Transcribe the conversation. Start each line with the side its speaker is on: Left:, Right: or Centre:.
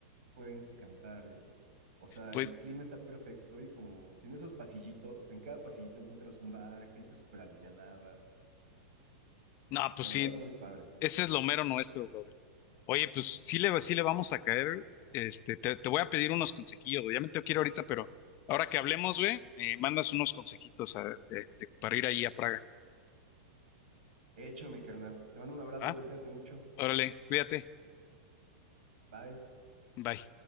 Right: puede encantar, ¿eh? O sea,
Left: Pues,
Right: el clima está perfecto y como tiene esos pasillitos, en cada pasillito encuentras un bar, gente súper alivianada.
Left: no, pues
Right: La verdad,
Left: sí,
Right: muy padre.
Left: ese es lo mero nuestro, brother. Oye, pues sí le, sí le vamos
Right: S-
Left: a caer, este, te, te voy a pedir unos consejillos, güey. Ya me tengo que ir ahorita, pero ahora que hablemos, güey, me mandas unos consejitos a- de- de- para ir ahí a Praga,
Right: Hecho, mi carnal. Te mando un abrazo,
Left: ¿va?
Right: güey. Cuídate mucho.
Left: Órale, cuídate,
Right: Bye.
Left: bye.